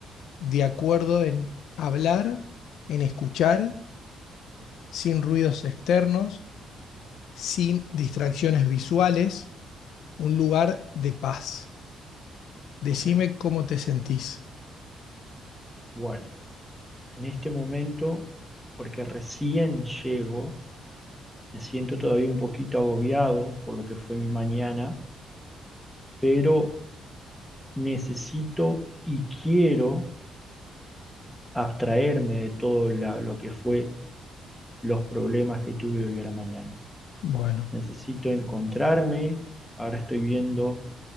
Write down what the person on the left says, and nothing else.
de acuerdo en hablar, en escuchar, sin ruidos externos, sin distracciones visuales, un lugar de paz. Decime
cómo te sentís.
Bueno,